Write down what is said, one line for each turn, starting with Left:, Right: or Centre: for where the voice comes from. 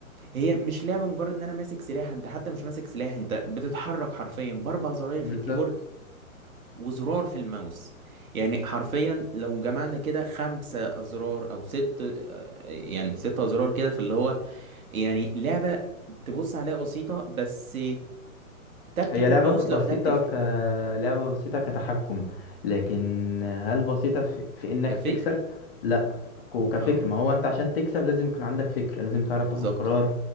Right: هي مش لعبة مجرد ان انا ماسك سلاح انت حتى مش ماسك سلاح انت بتتحرك حرفيا باربع زراير
Left: بالظبط
Right: في الكيبورد وزرار في الماوس يعني حرفيا لو جمعنا كده خمسة أزرار أو ست آه، يعني ست أزرار كده في اللي هو يعني لعبة تبص عليها بسيطة بس تكة
Left: هي لعبة
Right: الماوس
Left: ك- بسيطة
Right: لوحدها بتفرق
Left: ك لعبة بسيطة كتحكم لكن هل بسيطة في, في إنك
Right: كفكر
Left: تكسب؟ لا ك- كفكر
Right: اه
Left: ما هو أنت عشان تكسب لازم يكون عندك فكر لازم تعرف
Right: بالظبط
Left: تاخد قرار